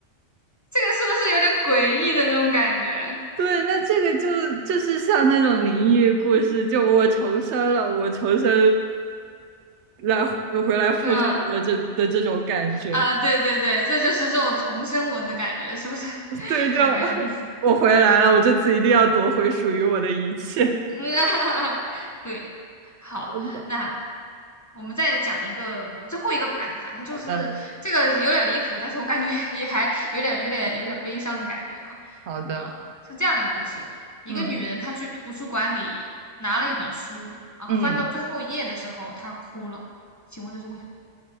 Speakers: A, on the left; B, on the right.
A: 这个是不是有点诡异的那种感觉？
B: 对，那这个就就是像那种灵异故事，就我重生了，我重生来回来复仇了这的这种感觉。
A: 嗯啊，对对对，这就是这种重生文的感觉，是不是 <laughs>
B: 对，就
A: 还蛮有意思的？
B: <laughs> 我回来了，我这次一定要夺回属于我的一切。
A: <laughs> 对，好，
B: 好的，
A: 那我们再讲一个最后一个吧。哎，反正就是这个有点离谱，
B: 好的，
A: 但是我感觉 <laughs> 也还有点、有点、有点悲伤的感觉哈。
B: 好的，
A: 呃，是这样一个故事：一个女人她去图书馆里拿了一本书，
B: 嗯
A: 然后翻到最后一页的时候，
B: 嗯，
A: 她哭了。请问这是为什么？